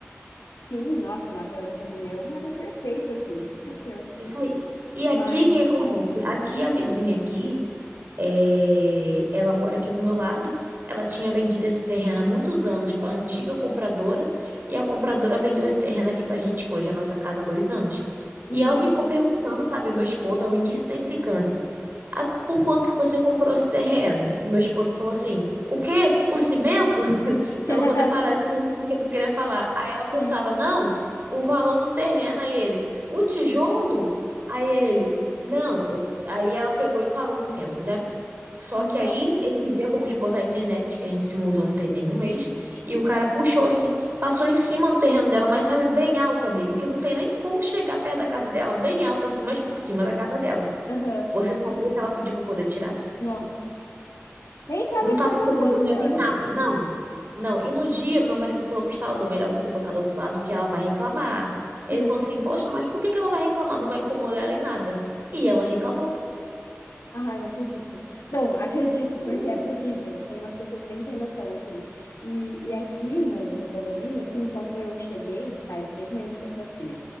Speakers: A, on the left; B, on the right.
A: Sim, nossa, 9 horas da manhã é um horário perfeito, assim, meu Deus.
B: Isso aí. E aqui,
A: Mas.
B: o que que acontece? Aqui, a vizinha aqui, é, ela mora aqui do meu lado. Ela tinha vendido esse terreno há muitos anos para a antiga compradora. E a compradora vendeu esse terreno aqui para a gente, que hoje é a nossa casa há dois anos.
A: uhum.
B: E ela ficou perguntando, sabe, meu esposo, ao início da implicância, ah, por quanto que você comprou esse terreno? E meu esposo falou assim, o quê? O cimento?
A: <laughs>
B: Pra Ela poder parar de perguntar o que ele queria falar. Aí ela
A: Sim.
B: perguntava, não, o valor do terreno, aí ele, o tijolo? Aí ele, não. Eu- Aí ela pegou e parou um tempo, né? Só
A: Aham.
B: que aí, esses dias fomos botar a internet, que a gente se mudou não tem nenhum mês, e o cara puxou assim, passou em cima do terreno dela, mas sabe, bem alto, amiga, que não tem nem como chegar perto da casa dela, bem alto assim, mas por cima da casa dela.
A: Aham.
B: Você sabia que ela pediu pra poder tirar?
A: Nossa. Nem tava
B: Não
A: incomodando
B: tava incomodando ela
A: ela.
B: em nada, não. Não, e no dia meu marido falou pro instalador, melhor você botar do outro lado que ela vai reclamar. Ele
A: Sim.
B: falou assim, poxa, mas por que que ela vai reclamar? Não vai incomodar ela em nada. E ela reclamou.
A: Ai, não acredito. Bom, acredito,
B: Sim,
A: porque é possível. Tem umas pessoas bem sem noção, assim. E, e aqui no, no condomínio, assim, quando eu cheguei, faz três meses que eu tô aqui, né?